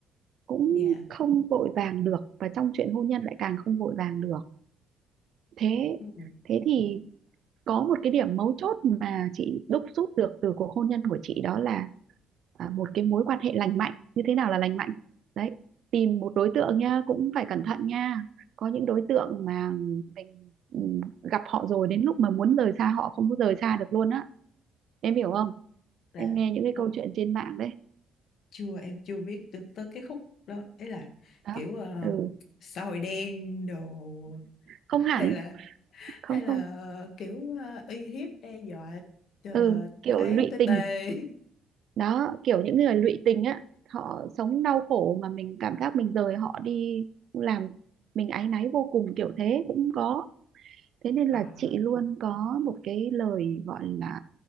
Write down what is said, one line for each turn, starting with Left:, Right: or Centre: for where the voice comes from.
Right: cũng
Left: dạ
Right: không vội vàng được và trong chuyện hôn nhân lại càng không vội vàng được thế
Left: ừ.
Right: thế thì có một cái điểm mấu chốt mà chị đúc rút được từ cuộc hôn nhân của chị đó là à, một cái mối quan hệ lành mạnh như thế nào là lành mạnh đấy tìm một đối tượng nha cũng phải cẩn thận nha có những đối tượng mà mình ừ, gặp họ rồi đến lúc mà muốn rời xa họ không có rời xa được luôn á em hiểu không
Left: là
Right: em nghe những cái
Left: đó
Right: câu chuyện trên mạng đấy
Left: chưa em chưa biết được tới cái khúc đó ấy là
Right: đó
Left: kiểu ờ,
Right: ừ.
Left: xã hội đen đồ
Right: không
Left: hay
Right: hẳn
Left: là
Right: không
Left: hay
Right: không
Left: là kiểu ờ, uy hiếp đe dọa ờ,
Right: ừ kiểu
Left: ấy
Right: lụy
Left: tê
Right: tình
Left: tê
Right: đó kiểu những người lụy tình á họ sống đau khổ mà mình cảm giác mình rời họ đi làm mình áy náy vô cùng kiểu thế cũng có thế nên là
Left: à
Right: chị luôn có một cái lời gọi là